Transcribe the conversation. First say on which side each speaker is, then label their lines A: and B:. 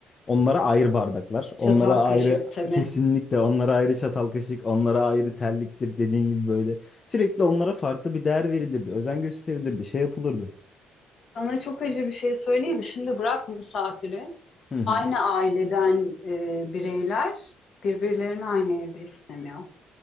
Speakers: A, on the left; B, on the left.
A: Onlara ayrı bardaklar,
B: çatal
A: onlara ayrı
B: kaşık tabii.
A: kesinlikle onlara ayrı çatal kaşık, onlara ayrı terliktir dediğin gibi böyle. Sürekli onlara farklı bir değer verilirdi, özen gösterilirdi, şey yapılırdı.
B: Sana çok acı bir şey söyleyeyim mi? Şimdi bırak misafiri.
A: Hı hı.
B: Aynı aileden e, bireyler birbirlerini aynı evde istemiyor.